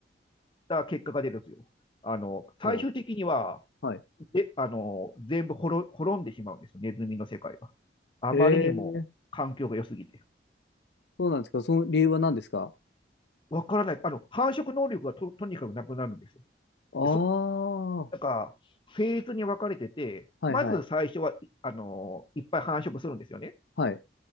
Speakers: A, on the left; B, on the left.
A: た結果が出るんですよ。あの、最終的には、
B: お、はい。
A: で、あの、全部滅滅んでしまうんですよ、ネズミの世界が。あまりにも環境が良すぎて。
B: へえ、そうなんですか。その理由は何ですか
A: わからない。あの、繁殖能力がと、とにかくなくなるんですよ。
B: ああー、
A: で、そ、なんか、フェーズに分かれてて、
B: はいはい。
A: まず最初は、いあの、いっぱい繁殖するんですよね。
B: はい。